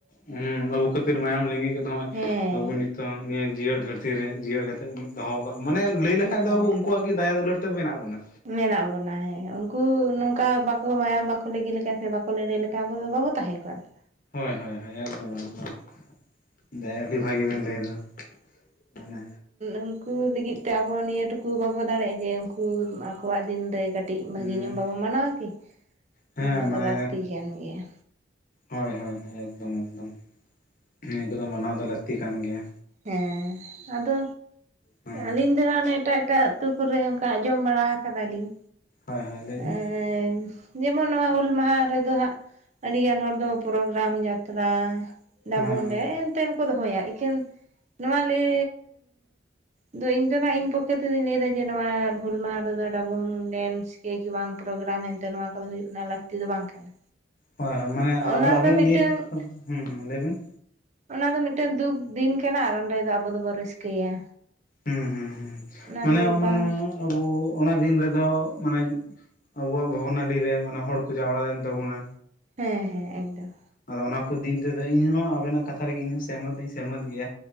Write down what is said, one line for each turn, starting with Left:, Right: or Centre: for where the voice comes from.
Left: ᱦᱮᱸ ᱟᱵᱚ ᱠᱷᱟᱹᱛᱤᱨ ᱢᱟᱭᱟᱢ ᱞᱤᱸᱜᱤ ᱠᱟᱛᱮ ᱦᱚᱸ
Right: ᱦᱮᱸ
Left: ᱟᱵᱚ ᱱᱤᱛᱚᱜ ᱱᱤᱭᱟᱹ ᱡᱤᱭᱟᱹᱲ ᱫᱷᱟᱹᱨᱛᱤ ᱨᱮ ᱡᱤᱭᱟᱹᱲ ᱠᱟᱛᱮᱫ ᱫᱚᱦᱚ ᱠᱟᱠ ᱢᱟᱱᱮ ᱞᱟᱹᱭ ᱞᱮᱠᱷᱟᱠ
Right: ᱦᱮᱸ
Left: ᱫᱚ ᱟᱵᱚ ᱩᱱᱠᱩᱣᱟᱜ ᱜᱮ ᱫᱟᱭᱟ ᱫᱩᱞᱟᱹᱲ ᱛᱮ ᱢᱮᱱᱟᱜ ᱵᱩᱱᱟ
Right: ᱢᱮᱱᱟᱜ ᱵᱚᱱᱟ ᱦᱮᱸ ᱩᱝᱠᱩ ᱱᱚᱝᱠᱟ ᱵᱟᱠᱚ ᱢᱟᱭᱟᱢ ᱵᱟᱠᱚ <inaudible> ᱵᱟᱠᱚ ᱞᱟᱹᱲᱦᱟᱭ ᱟᱵᱚ ᱫᱚ ᱵᱟᱵᱚᱱ ᱛᱟᱦᱮᱱ ᱠᱚᱜ-ᱟ ᱛᱚ
Left: ᱦᱳᱭ ᱦᱳᱭ ᱦᱳᱭ ᱮᱠᱫᱚᱢ ᱮᱠᱫᱚᱢ <inaudible> ᱵᱷᱟᱹᱜᱤ ᱵᱮᱱ ᱞᱟᱹᱭᱮᱫᱟ ᱢᱟᱱᱮ
Right: ᱩᱱᱠᱩ ᱞᱟᱹᱜᱤᱫ ᱛᱮ ᱟᱵᱚ ᱱᱤᱭᱟᱹ ᱴᱩᱠᱩ ᱵᱟᱵᱚ ᱫᱟᱲᱮᱭᱟᱜᱼᱟ ᱡᱮ ᱩᱱᱠᱩ ᱟᱠᱚᱣᱟᱜ ᱫᱤᱱ ᱨᱮ ᱠᱟᱹᱴᱤᱡ ᱵᱷᱟᱹᱜᱤ
Left: ᱦᱩᱸ
Right: ᱧᱚᱜ ᱵᱟᱵᱚ ᱢᱟᱱᱟᱣᱟ ᱠᱤ
Left: ᱦᱮᱸ
Right: ᱢᱟᱱᱟᱣ
Left: ᱢᱟᱱᱮ
Right: ᱫᱚ ᱞᱟᱹᱠᱛᱤ ᱠᱟᱱ ᱜᱮᱭᱟ
Left: ᱦᱳᱭ ᱦᱳᱭ ᱮᱠᱫᱚᱢ ᱮᱠᱫᱚᱢ ᱱᱤᱭᱟᱹ ᱠᱚᱫᱚ ᱢᱟᱱᱟᱣ ᱫᱚ ᱞᱟᱹᱠᱛᱤ ᱠᱟᱱ ᱜᱮᱭᱟ
Right: ᱦᱮᱸ ᱟᱫᱚ
Left: ᱦᱮᱸ
Right: ᱟᱹᱞᱤᱧ ᱫᱚ ᱦᱟᱜ ᱚᱱᱮ ᱮᱴᱟᱜ ᱮᱴᱟᱜ ᱟᱛᱳ ᱠᱚᱨᱮ ᱚᱱᱠᱟ ᱟᱸᱡᱚᱢ ᱵᱟᱲᱟ ᱟᱠᱟᱫᱟᱞᱤᱧ
Left: ᱦᱳᱭ ᱦᱳᱭ ᱞᱟᱹᱭ ᱵᱤᱱ
Right: ᱮᱫ ᱡᱮᱢᱚᱱ ᱱᱚᱣᱟ ᱦᱩᱞ ᱢᱟᱦᱟ ᱨᱮᱫᱚ ᱦᱟᱸᱜ ᱟᱹᱰᱤᱜᱟᱱ ᱦᱚᱲ ᱫᱚ ᱯᱨᱳᱜᱨᱟᱢ ᱡᱟᱛᱨᱟ ᱰᱟᱵᱳᱰᱮ
Left: ᱦᱮᱸ ᱦᱮᱸ
Right: ᱮᱱᱛᱮᱱ ᱠᱚ ᱫᱚᱦᱚᱭᱟ ᱮᱠᱮᱱ ᱱᱚᱣᱟ ᱞᱟᱹᱭ ᱟᱫᱚ ᱤᱧ ᱫᱚ ᱦᱟᱜ ᱤᱧ ᱯᱚᱠᱷᱟ ᱛᱮ ᱫᱚᱧ ᱞᱟᱹᱭ ᱫᱟ ᱡᱮ ᱱᱚᱣᱟ ᱵᱷᱩᱞ ᱢᱟᱦᱟ ᱨᱮᱫᱚ ᱰᱟᱵᱩᱝ ᱰᱮᱱᱥ ᱮ ᱵᱟᱝ ᱯᱨᱳᱜᱨᱟᱢ ᱮᱱᱛᱮ ᱱᱚᱣᱟ ᱠᱚᱫᱚ ᱦᱩᱭᱩᱜ ᱨᱮᱱᱟᱜ ᱞᱟᱹᱠᱛᱤ ᱫᱚ ᱵᱟᱝ ᱠᱟᱱᱟ
Left: ᱦᱳᱭ ᱦᱳᱭ ᱢᱟᱱᱮ
Right: ᱚᱱᱟ
Left: ᱟᱵᱮᱟᱵᱮᱱᱟᱜ
Right: ᱫᱚ ᱢᱤᱫᱴᱟᱝ
Left: ᱱᱤᱭᱟᱹ ᱠᱟᱷᱟ ᱫᱚ ᱦᱩᱦᱩ ᱞᱟᱹᱭᱵᱤᱱ
Right: ᱚᱱᱟ ᱫᱚ ᱢᱤᱫᱴᱮᱱ ᱫᱩᱠ ᱫᱤᱱ ᱠᱟᱱᱟ ᱟᱨ ᱚᱸᱰᱩ ᱫᱚ ᱟᱵᱩ ᱫᱚ ᱵᱩ ᱨᱟᱹᱥᱠᱟᱹᱭᱟ
Left: ᱦᱮᱸ ᱦᱮᱸ ᱦᱩᱸ
Right: ᱚᱱᱟ
Left: ᱢᱟᱱᱮ
Right: ᱫᱚ ᱵᱟᱝ
Left: ᱢᱟᱱᱮ ᱟᱵᱚ ᱚᱱᱟ ᱫᱤᱱ ᱨᱮᱫᱚ ᱢᱟᱱᱮ ᱟᱵᱚᱣᱟᱜ ᱵᱷᱚᱜᱱᱟᱰᱤ ᱨᱮ ᱮ ᱦᱚᱲ ᱠᱚ ᱡᱟᱣᱨᱟ ᱞᱮᱱ ᱛᱟᱵᱚᱱᱟ
Right: ᱦᱮᱸ ᱦᱮᱸ ᱮᱠᱫᱚᱢ
Left: ᱟᱫᱚ ᱚᱱᱟ ᱠᱚ ᱫᱤᱱ ᱛᱮᱫᱚ ᱤᱧᱦᱚ ᱟᱵᱮᱱᱟᱜ ᱠᱟᱛᱷᱟ ᱨᱮᱜᱮ ᱥᱮᱭᱢᱟᱛ ᱫᱚᱧ ᱥᱮᱭᱢᱟᱛ ᱜᱮᱭᱟ